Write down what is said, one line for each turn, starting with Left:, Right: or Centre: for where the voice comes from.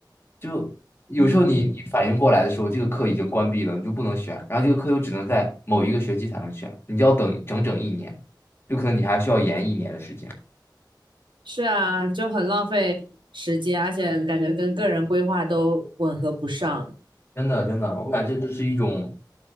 Left: 就有时候你你反应过来的时候，
Right: 嗯，
Left: 这个课已经关闭了，你就不能选，然后这个课又只能在某一个学期才能选，你就要等整整一年，有可能你还需要延一年的时间。
Right: 是啊，就很浪费时间，而且感觉跟个人规划都吻合不上。
Left: 真的真的，我感觉这是一种